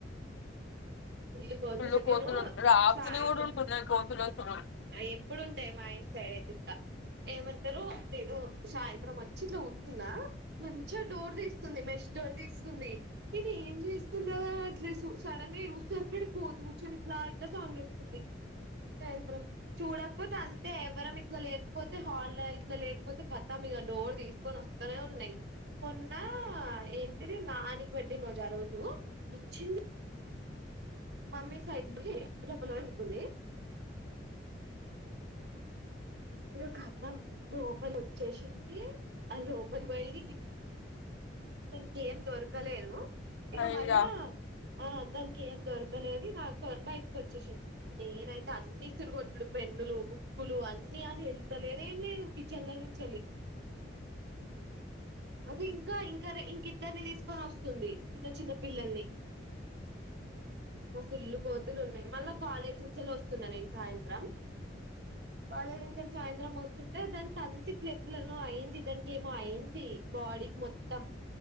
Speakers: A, on the right; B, on the left.
A: వెళ్ళిపోతుంది
B: ఫుల్లు కోతులు
A: నేను
B: ఉంటు రాత్రి
A: సాయంత్రం
B: కూడా ఉంటున్నాయి కోతులు అసలు
A: ఆ <unintelligible> ఎప్పుడు ఉంటయి మా ఇంటి సైడ్ అయితే ఇట్టా ఏమంటారు నేను సాయంత్రం వచ్చి ఇట్లా కూచున్నా మంచిగా డోర్ తీస్తుంది మెష్ డోర్ తీస్తుంది నేను ఏం చేస్తుంన్నదా అట్లే సడన్ తూర్పు దిక్కున కూర్చొని ఇట్లా ఇట్లా సాంగ్ వస్తుంది సాయంత్రం చూడ కాకపోతే అంతే ఎవరం ఇట్లా లేకపోతే హాల్ ఇట్లా లేకపోతే కథం ఇక డోర్ తీసుకొని వస్తనే ఉన్నాయి మొన్న ఏంటిది నానికి బట్టి రోజు వచ్చింది మమ్మీ సైడ్ ను లోపల అనుకుంది మీరు <unintelligible> లోపల వచ్చేసింది ఆ లోపల పోయి దానికి ఏం దొరకలేదు ఇక
B: అయ్యా
A: మళ్ళా ఆ దానికి ఏం దొరకలేదు ఆ సరే బయటికి వచ్చేసింది నేనైతే అన్ని ఇసురిగొట్డుడు పెన్నులు బుక్కులు అన్ని అది వెళ్తలేద ఏం లేదు కిచెన్ <inaudible> అది ఇంకా ఇంకా ఇంక ఇద్దరినీ తీసుకొని వస్తు ఉంది చిన్న చిన్న పిల్లల్ని ఫుల్లు కోతులు ఉన్నాయి మళ్ళా కాలేజ్ నుంచి వెళ్ళి వస్తున్నా నేను సాయంత్రం కాలేజ్ సాయంత్రం వస్తుంటే దానికి అంత చేతులను అయింది దానికి ఏమో అయింది బాడీకి మొత్తం